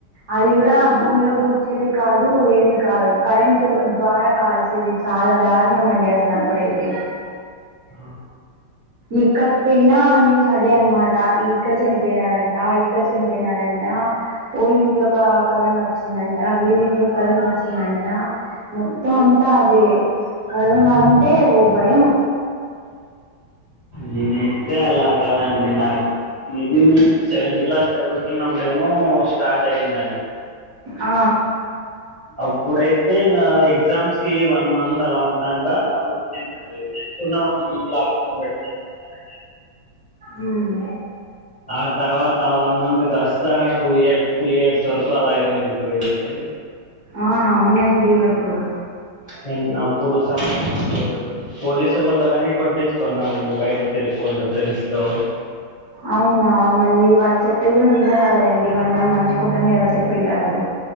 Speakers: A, on the right (about 55°); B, on the left (about 30°).
A: అది కూడా భూమిలో పూడ్చేది కాదు ఏమి కాదు కరెంట్ ద్వారా కాల్చేది చాలా దారుణం అండి అసలు అప్పుడైతే
B: ఆ
A: ఎక్కడి పోయినా న్యూస్ అదే అనమాట ఇక్కడ చనిపోయినారంట ఇక్కడ చనిపోయినారం టా ఓళ్ళింట్లో ఒక కరోనా వచ్చిందంట వీళ్ళింట్లో కరోనా వచ్చిందంట మొత్తం అంతా అదే కరోనా అంటే ఒ భయం
B: నేనైతే అలా కాదండి నా మేబి నేను సెవెంత్ క్లాస్ చదువుతున్నప్పుడేమో స్టార్ట్ అయింది
A: ఆ
B: అప్పుడైతే ఇంగ ఎగ్జామ్స్ కి వన్ మంత్ అలా ఉండగా వచ్చిందండి వన్ మంత్ లాక్ డౌన్ పెడతామన్నారండి
A: ఉమ్,
B: ఆ తర్వా త వన్ మంత్ కాస్త టూ ఇయర్స్ త్రీ ఇయర్స్ వరకు అలాగే వెళ్లిపోయింది
A: ఆ అవునండి అప్పుడు
B: నేన్ అప్పుడు సంటైమ్స్ పోలీస్ తొగని కొట్టించుకున్నామం అండి బయట తిరుక్కుంటూ ఫ్రెండ్స్తో
A: అవునా మళ్ళీ వాళ్ళు చెప్తే విన్నల కదండి వాళ్ళు మన మంచి కోసమే కదా చెప్పింటారు